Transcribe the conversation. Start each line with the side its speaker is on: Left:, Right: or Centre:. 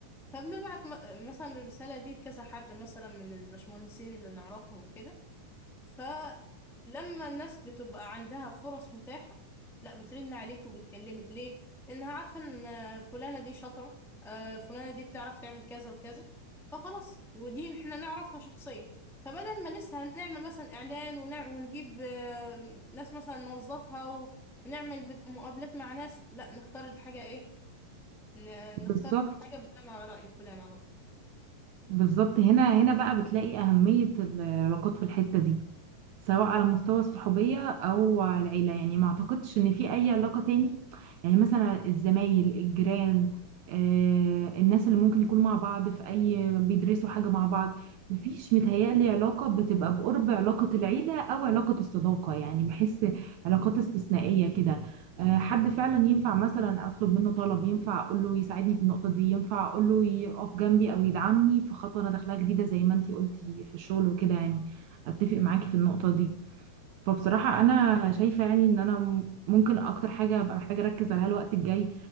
Centre: فبنبعت م- مثلا الرسالة دي لكذا حد مثلا من الباشمهندسين اللي نعرفهم وكده فلما الناس بتبقى عندها فرص متاحة لا بترن عليك وبتكلمك ليه؟ لأنها عارفة إن فلانة دي شاطرة آه، فلانة دي بتعرف تعمل كذا وكذا فخلاص ودي احنا نعرفها شخصيا فبدل ما لسه هنعمل مثلا إعلان ونع... ونجيب آه، ناس مثلا نوظفها و... ونعمل بت- مقابلات مع ناس لا نختار الحاجة إيه؟ ن...
Right: بالظبط
Centre: نختار الحاجة بناء على رأي فلان على طول
Right: بالظبط هنا هنا بقى بتلاقي أهمية العلاقات في الحتة دي سواء على مستوى الصحوبية أو العيلة يعني ما أعتقدش إن في أي علاقة تاني يعني مثلا الزمايل الجيران آه، الناس اللي ممكن يكونوا مع بعض في أي بيدرسوا حاجة مع بعض مفيش متهيألي علاقة بتبقى بقرب علاقة العيلة أو علاقة الصداقة يعني بحس علاقات استثنائية كده آه، حد فعلا ينفع مثلا أطلب منه طلب ينفع أقول له يساعدني في النقطة دي ينفع أقول له يقف جنبي أو يدعمني في خطوة أنا داخلها جديدة زي ما أنتي قلتي في الشغل وكده يعني اتفق معاكي في النقطة دي فبصراحة
Centre: بس
Right: انا شايفة يعني ان انا م- ممكن اكتر حاجة ابقى محتاجة اركز عليها الوقت الجاي